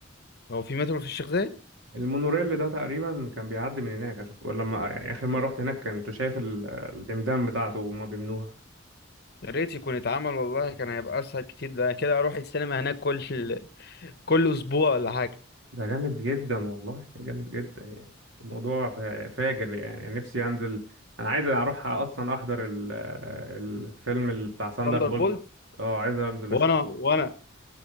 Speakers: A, on the left; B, on the right.
A: هو في مترو في الشيخ زايد
B: المونوريل ده تقريبا كان بيعدي من هناك اشوف ولا لما اخر مره رحت هناك كنت شايف ال- العمدان بتاعته وهما بيبنوها
A: يا ريت يكون اتعمل والله كان هيبقى اسهل كتير ده أنا كده اروح السينما هناك كل كل اسبوع ولا حاجة
B: ده جامد جدا والله جامد جدا يعني الموضوع فا- فاجر يعني نفسي انزل انا عايز اروح اصلا احضر ال- الفيلم اللي بتاع ساندر
A: ثاندر
B: اه بولت
A: بولت
B: اه عايز انزل
A: وانا
B: اشوفه
A: وانا